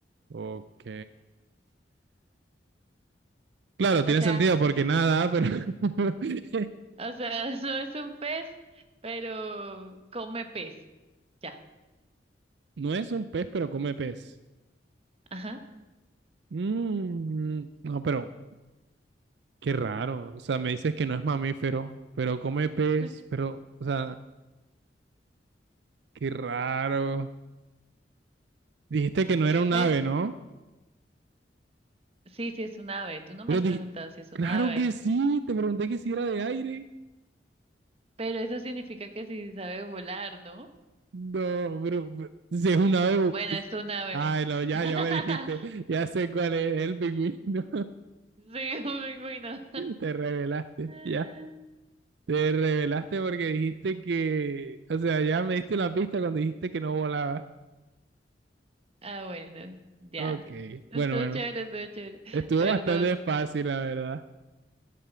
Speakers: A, on the right; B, on the right.
A: Ok. Claro, tiene
B: O sea,
A: sentido porque nada, pero <laughs>
B: o sea, <laughs> no es un pez, pero come pez. Ya,
A: no es un pez, pero come pez.
B: ajá.
A: Mm, no, pero qué raro. O sea, me dices que no es mamífero, pero come pez,
B: <laughs>
A: pero, o sea, qué raro. Dijiste que no era un
B: Es,
A: ave, ¿no?
B: sí, sí es un ave. Tú no
A: Pero
B: me has
A: dije,
B: preguntado si es
A: claro
B: un ave,
A: que sí, te pregunté que si era de aire.
B: pero eso significa que sí sabe volar, ¿no?
A: No, pero pero si es un ave. bu-
B: Bueno, es un ave.
A: Ay, no, ya,
B: <laughs>
A: ya me dijiste, ya sé cuál es, el pingüino.
B: Sí, un pingüino.
A: Te revelaste,
B: <laughs>
A: ya. Te revelaste porque dijiste que, o sea, ya me diste la pista cuando dijiste que no volaba.
B: Ah, bueno, ya.
A: Ok,
B: Estuvo
A: bueno, bueno.
B: chévere, estuvo chévere.
A: Estuvo
B: Perdón.
A: bastante fácil, la verdad.